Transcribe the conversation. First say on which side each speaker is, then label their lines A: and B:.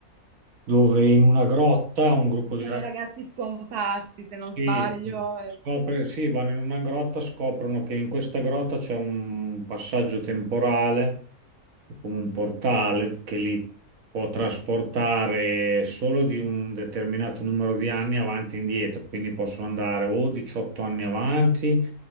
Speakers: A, on the right (about 65°); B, on the right (about 85°).
A: dove in una grotta un gruppo
B: sono
A: di ragazzi.
B: ragazzi scomparsi, se non
A: Sì,
B: sbaglio.
A: sì.
B: e-
A: Scopre- sì, vanno in una grotta, scoprono che in questa grotta c'è un passaggio temporale, come un portale che li può trasportare solo di un determinato numero di anni avanti e indietro, quindi possono andare o 18 anni avanti,